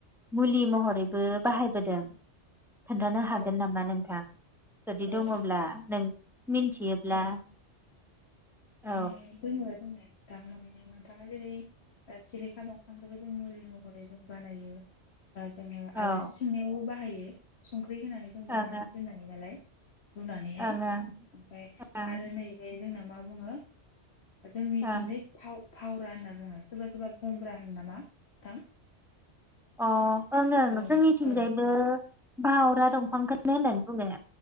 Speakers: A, in the centre; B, on the left (about 60°).
A: मुलि महरैबो बाहाय बोदों खोन्थानो
B: औ
A: हागोन नामा नोंथां जुदि दङब्ला
B: औ
A: नों मिन्थियोब्ला
B: औ
A: औ
B: <unintelligible> दोङो दोंना नोंथां माने नोंथाङा जेरै ओ सिलेखा दंफांखौबो जों मुलि महरै जों बानायो। बा जोङो
A: ओं
B: आलासि सोंनायावबो बाहायो। ए सं ख्रै होनानै जों बानायनानै
A: ओं
B: दोननो हायो नालाय। रुनानैहाय
A: ओं ओं
B: ओमफ्राय
A: ओं
B: आरो नैबे जोंना बुंङो जोंनिथिंजाय
A: ओं
B: फाव फावरा होनना बुङो सोरबा सोरबा बमब्रा होना नामा नोंथां?
A: अ ओं ओं
B: औ
A: जोंनिथिंजायबो भावरा दंफांखोनो होनो। <unintelligible>